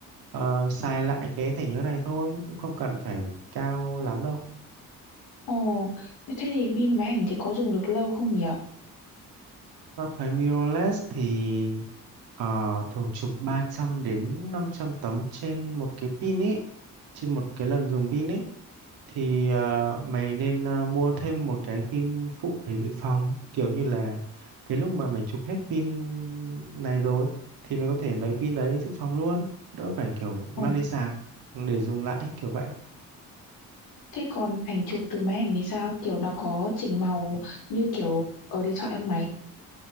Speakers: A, on the right; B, on the left.
A: ờ, xài lại cái thẻ nhớ này thôi cũng không cần phải cao lắm đâu
B: Ồ, thế thì pin máy ảnh thì có dùng được lâu không nhỉ?
A: Tao thấy mirrorless thì ờ, thường chụp 300 đến 500 tấm trên một cái pin ấy, trên một cái lần dùng pin ấy thì ờ, mày nên ờ, mua thêm một cái pin phụ để dự phòng, kiểu như là cái lúc mà mày chụp hết pin này rồi thì mày có thể lấy pin đấy dự phòng luôn, đỡ phải kiểu mang
B: Ồ,
A: đi sạc để dùng lại kiểu vậy.
B: thế còn ảnh chụp từ máy ảnh thì sao? Kiểu nó có chỉnh màu như kiểu ở điện thoại không mày?